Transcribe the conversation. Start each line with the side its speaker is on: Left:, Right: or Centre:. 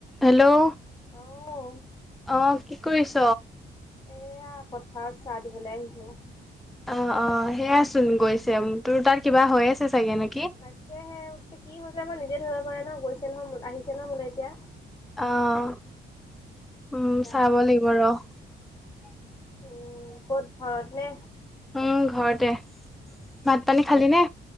Centre: Hello,
Left: অ',
Centre: আহ কি কৰি <inaudible>
Left: এয়া পথাৰত চাহ দিবলৈ আহিছো।
Centre: অ, অ, সেয়াচোন গৈছে, তোৰ তাত কিবা হৈ আছে চাগে নে
Left: তাকেহে কি হৈছে মই নিজে ধৰিব পৰা নাই, গৈছে নহয় আহিছে নহয় মোলৈ এতিয়া।
Centre: অ', উম
Left: জানো
Centre: চাব
Left: আকৌ
Centre: লাগিব ৰ'।
Left: উম, ক'ত ঘৰত নে?
Centre: উম, ঘৰতে, ভাত-পানী খালি নে?